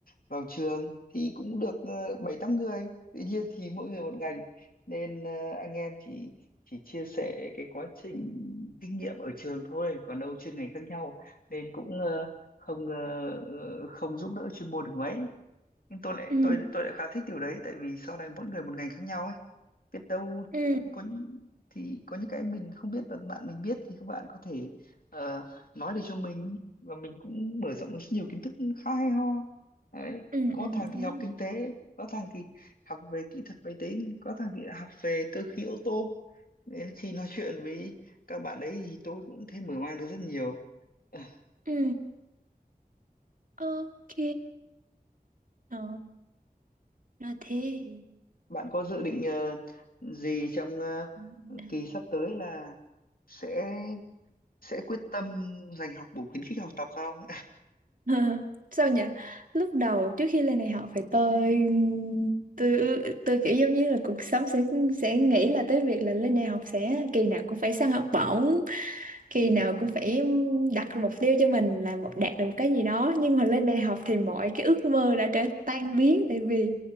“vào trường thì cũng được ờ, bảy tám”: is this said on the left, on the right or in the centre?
Left